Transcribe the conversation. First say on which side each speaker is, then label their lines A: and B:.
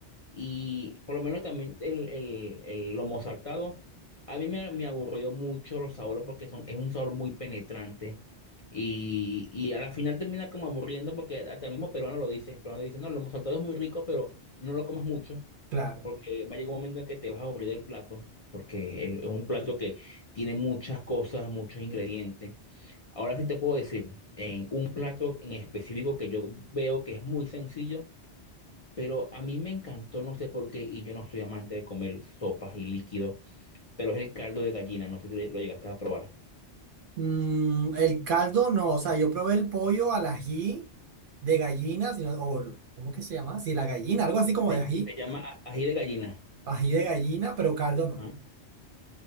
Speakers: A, on the left (about 40°); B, on the right (about 55°).
A: Y por lo menos también el, el, el lomo saltado, a mí me, me aburrió mucho los sabores porque son, es un sabor muy penetrante. Y, y a la final termina como aburriendo porque hasta el mismo peruano lo dice, el peruano dice, no, el lomo saltado es muy rico, pero no lo comas mucho.
B: Claro.
A: porque va a llegar un momento en que te vas a aburrir del plato, porque el- es un plato que tiene muchas cosas, muchos ingredientes. Ahora sí te puedo decir, en un plato en específico que yo veo que es muy sencillo, pero a mí me encantó, no sé por qué, y yo no soy amante de comer sopas y líquidos, pero es el caldo de gallina, no sé si lo llegaste a probar.
B: Mm, el caldo no, o sea, yo probé el pollo al ají de gallina, sino, o, ¿cómo que se llama? Sí, la gallina, algo así como
A: Se,
B: de ají,
A: se llama a- ají de gallina.
B: ají de gallina, pero caldo no.
A: ¿ah?